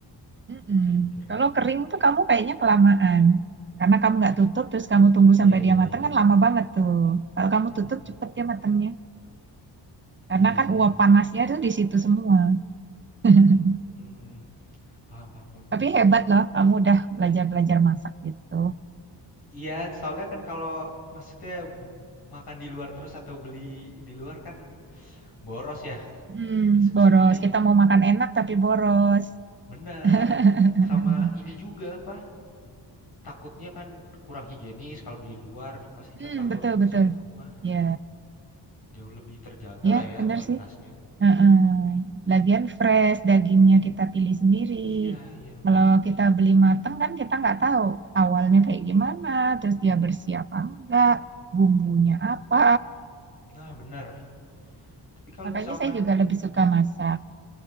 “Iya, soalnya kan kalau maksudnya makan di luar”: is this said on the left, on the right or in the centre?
Left